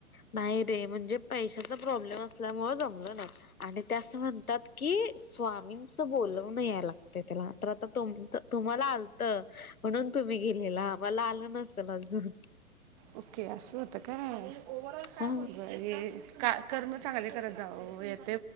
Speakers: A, on the left; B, on the right.
A: नाही रे, म्हणजे पैशाचा प्रोब्लेम असल्यामुळं जमलं नाही. आणि ते असं म्हणतात की, स्वामींचं बोलवणं याय लागतय त्याला, तर आता तुमचं तुम्हाला आलतं म्हणून तुम्ही गेलेला, आमाला आलं नसल अजून.
B: ओके असं होत काय, बर
A: हा
B: हे का कर्म चांगले करत जावावेत.